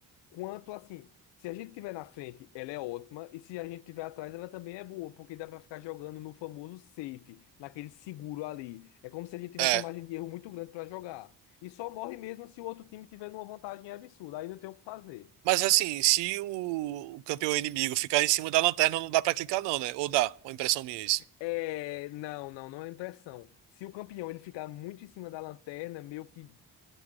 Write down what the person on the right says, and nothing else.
É.
Mas assim, se o, o campeão inimigo ficar em cima da lanterna, não dá pra clicar não, né? Ou dá, uma impressão minha é isso.